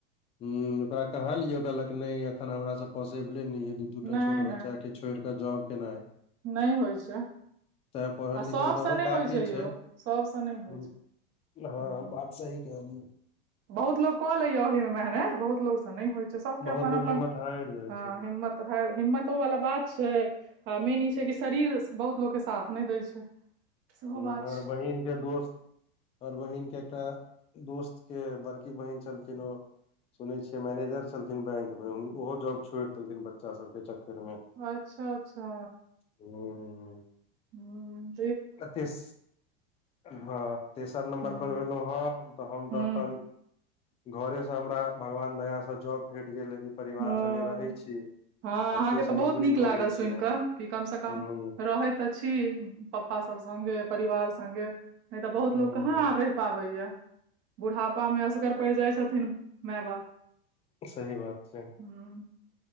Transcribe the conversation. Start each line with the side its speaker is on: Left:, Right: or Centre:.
Left: हूँ ओकरा कहलिय कहलक नै अखन हमरा स पोसीबले नै अई दू दूटा
Right: नहि
Left: छोट बच्चा के छोड़ क जॉब केनाइ
Right: नै होइ छै
Left: तेंऽ पढ़ल
Right: आ
Left: लिखल
Right: सभसँ
Left: त ऽओहो
Right: नहि
Left: काफी
Right: होइ यौ
Left: छै
Right: सभसँ नहि होइ
Left: हँ
Right: छै हूँ
Left: सही कहलियौ
Right: बहुत लोको कऽ लेया ओहि मे मेहनत बहुत लोक स नै होइ छै सबके
Left: बहुत
Right: अपन
Left: लोग
Right: अपन
Left: हिम्मत हारि जाइ
Right: हँ
Left: छै
Right: हिम्मत तऽ हर हिम्मतो वाला बात छै हँ मिनी छै कि शरीर बहुत लोकके साथ नै दै छै सेहो
Left: हूँ
Right: बात
Left: हमर
Right: छै
Left: बहिन के दोस हमर बहिन के एकटा दोस्त के बड़की बहिन छलखिन ओ सुनै छियै मैनेजर छलखिन बैंक मे ओहो जॉब छोड़ि देलखिन बच्चा सब के चक्कर मे
Right: अच्छा अच्छा
Left: हँ
Right: हूँ
Left: कतेस हँ तेसर नम्बर
Right: हुँ
Left: पर भेलौं हम तऽ हम
Right: हुँ
Left: तऽ अपन घरेसँ हमरा भगवान दयासँ जॉब भेट गेल लेकिन परिवार
Right: हँ
Left: संगे रहै छी
Right: हँ
Left: एतहि
Right: अहाँके तऽ
Left: से
Right: बहुत
Left: नौकरी
Right: नीक लागल
Left: कऽ लै
Right: सुनि
Left: छी हम
Right: कऽ कि कमसँ कम
Left: हूं
Right: रहैत तऽ छी पप्पा सब संगे परिवार संगे नै तऽ बहुत
Left: हूं
Right: लोक कहाँ रहि पाबै या बुढ़ापा मे असगर पड़ि जाइ छथिन माय बाप
Left: सही बात छै
Right: हुँ